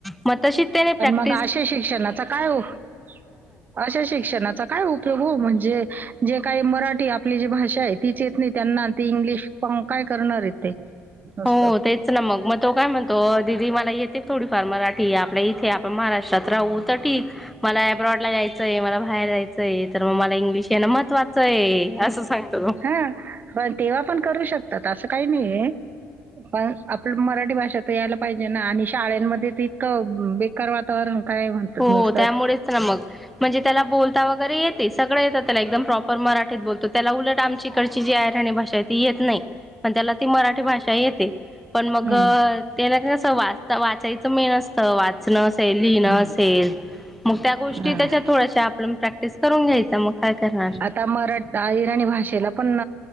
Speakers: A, in the centre; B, on the right.
A: म तशी ते प्रॅक्टीस
B: म अशे शिक्षणाचा काय उपयोग हो <inaudible> अशे शिक्षणाचा काय उपयोग हो म्हणजे जे काही मराठी आपली जी भाषा आहे तीच येत नाही त्यांना ती इंग्लिश फक्त काय करणार आहेत ते नुसतं.
A: हो तेच ना मग म तो काय म्हणतो दिदी मला येते थोडी फार मराठी आपल्या इथे आपण महाराष्ट्रात राहू तर ठीक मला अब्रॉड ला जायचंय मला बाहेर जायचंय तर म मला इंग्लिश येणं महत्वाचं आहे असं सांगतो तो
B: ह पण तेव्हा पण करू शकतात असं काही नाही आहे पण आपल्याला मराठी भाषा यायला पाहिजे ना आणि शाळमध्ये त इतक बेकार वातावरण काय म्हणत
A: हो
B: नसत
A: त्यामुळेच ना मग म्हणजे त्याला बोलता वगैरे येतं ते सगळं येतं त्याला एकदम प्रॉपर मराठीत बोलतो त्याला उलट आमच्या इकडची जी आहेराणी भाषा आहे ती येत नाही मण त्याला ती मराठी भाषा येते पण मग
B: हं,
A: त्यालाना ते आस वाचता वाचायचं मेन असतं वाचणं असेल लिहिणं
B: हं,
A: असेल मग त्या गोष्टी
B: हां.
A: त्याच्या थोड्याश्या आपलं प्रॅक्टिस करून घ्यायचं मग काय करणार
B: आता मराठ अहिराणी भाषेला पण